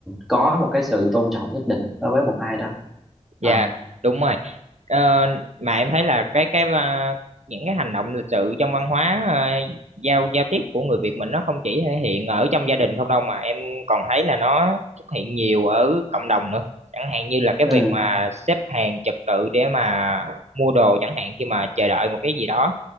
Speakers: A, in the centre; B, on the right (about 65°).
A: có một cái sự tôn trọng nhất định đối với một ai đó Ờ.
B: Dạ đúng rồi. Ờ, mà em thấy là cái cái à, những cái hành động lịch sự trong văn hóa à, giao giao tiếp của người Việt mình nó không chỉ thể hiện ở trong gia đình không đâu mà em còn thấy là nó xuất hiện nhiều ở cộng đồng nữa. Chẳng hạn như là cái
A: ừ
B: việc mà xếp hàng trật tự để mà mua đồ chẳng hạn khi mà chờ đợi một cái gì đó.